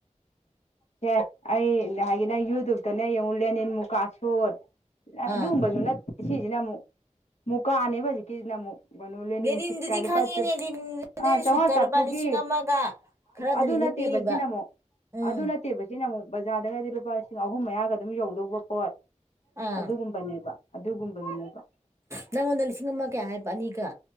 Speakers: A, on the left (about 65°); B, on the right (about 20°).
A: ꯁꯦ ꯑꯩ ꯍꯥꯏꯗꯤ ꯅꯪ ꯌꯨꯇꯨꯞꯇꯅ ꯌꯦꯡꯉꯨ ꯂꯦꯅꯤꯟ ꯃꯨꯀꯥ ꯁꯨꯠ
B: ꯑꯥ
A: ꯑꯗꯨꯒꯨꯝꯕꯖꯨ ꯅꯠꯇꯦ ꯁꯤꯒꯤꯅ ꯑꯃꯨꯛ ꯃꯨꯛ ꯀꯥꯅꯦꯕ ꯍꯧꯖꯤꯛꯀꯤꯁꯤꯅ ꯑꯃꯨꯛ ꯂꯦꯅꯤꯟ
B: ꯂꯦꯅꯤꯟꯗꯨꯗꯤ
A: ꯁꯨꯠꯀꯥꯏ ꯂꯨꯄꯥ
B: ꯈꯪꯉꯦꯅꯦ ꯂꯦꯅꯤꯟꯗꯨꯅ
A: ꯑꯥ ꯆꯧꯉꯥ
B: ꯁꯨꯠꯇ
A: ꯆꯥꯇ꯭ꯔꯨꯛꯒꯤ
B: ꯂꯨꯄꯥ ꯂꯤꯁꯤꯡ ꯑꯃꯒ ꯈꯔꯗꯅꯤꯅꯦ
A: ꯑꯗꯨ ꯅꯠꯇꯦꯕ
B: ꯄꯤꯔꯤꯕ
A: ꯁꯤꯅ ꯑꯃꯨꯛ
B: ꯎꯝ
A: ꯑꯗꯨ ꯅꯠꯇꯦꯕ ꯁꯤꯅ ꯑꯃꯨꯛ ꯕꯖꯥꯔꯗꯒꯗꯤ ꯂꯨꯄꯥ ꯂꯤꯁꯤꯡ ꯑꯍꯨꯝ ꯃꯌꯥꯒ ꯑꯗꯨꯝ ꯌꯧꯗꯧꯕ ꯄꯣꯠ
B: ꯑꯥ
A: ꯑꯗꯨꯒꯨꯝꯕꯅꯦꯕ ꯑꯗꯨꯒꯨꯝꯕꯗꯨꯅꯦꯕ
B: ꯅꯪꯉꯣꯟꯗ ꯂꯤꯁꯤꯡ ꯑꯃ ꯀꯌꯥ ꯍꯥꯏꯕ ꯑꯅꯤꯒ